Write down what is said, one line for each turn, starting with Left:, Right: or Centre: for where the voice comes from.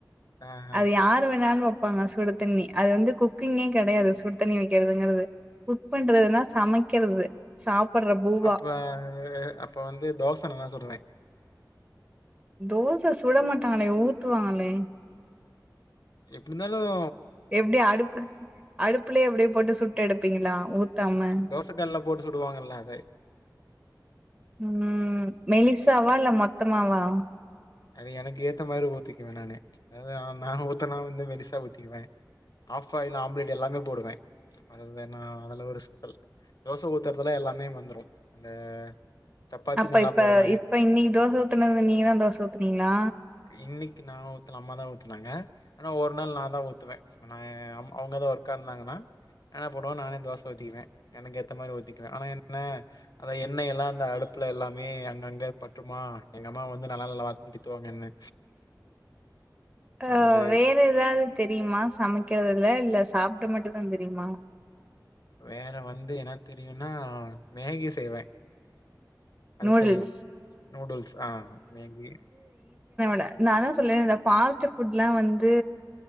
Left: ஆ ஆ
Right: அது யாரு வேணாலும் வெப்பாங்க சுடு தண்ணி அது வந்து குக்கிங்கே கெடையாது சுடு தண்ணி வைக்கிறதுங்கிறது குக் பண்றதுன்னா சமைக்கிறது சாப்பட்ற பூவா
Left: அப்ப அப்ப வந்து தோச நல்லா சுடுவேன்
Right: தோச சுட மாட்டாங்களே ஊத்துவாங்களே
Left: எப்படி இருந்தாலும்
Right: எப்படி அடுப்பு அடுப்புலயே அப்படியே போட்டு சு எடுப்பீங்களா உத் தம்ம
Left: தோச கல்ல போட்டு சுடுவாங்கல்ல அதே
Right: உம் மெலிசாவா இல்ல மொத்தமாவா
Left: அது எனக்கு ஏத்த மாதிரி ஊத்தி நானே அத நான் ஊத் நான் வந்து மெலிசா ஊத்திக்குவேன் ஆஃப் பாயில் ஆம்லெட் எல்லாமே போடுவேன் அது வந் நா அதல ஒரு சு ல் தோச ஊத்துறதுலே எல்லாமே வந்துரும் அந்த சப்பாத்தி
Right: அப்ப
Left: நல்லா
Right: இப்ப
Left: போடுவேன்.
Right: இப்ப இன்னிக்கு தோசை ஊத்துனது நீங்கதான் தோச ஊத்துனீங்களா
Left: இன்னைக்கு நான் ஊத்தல அம்மா தான் ஊத்துனாங்க. ஆனா ஒரு நாள் நான் தான் ஊத்துவேன் நான் அவங்க தான் ஒர்க்கா இருந்தாங்கன்னா நானே போடுவேன் நானே தோச ஊத்திக்குவேன் எனக்கு ஏத்த மாதிரி ஊத்திக்குவேன் ஆனா என்ன அத எண்ணை எல்லாம் அந்த அடுப்புல எல்லாமே அங்கங்க பட்றுமா எங்க அம்மா வந்து நல்ல நல்ல வார்த்தையில திட்டுவாங்க என்ன
Right: அஹ்
Left: அந்த
Right: வேற ஏதாவது தெரியுமா சமைக்கிறது இல்ல இல்ல சாப்ட மட்டும் தான் தெரியுமா
Left: வேற வந்து என்ன தெரியும்னா மேகி செய்வேன் அது
Right: நூடுல்ஸ்
Left: தெரியும் நூடுல்ஸ் ஆஹ் மேகி
Right: ல நானான் சொல்லேன் இந்த ஃபாஸ்ட் புட்லாம் வந்து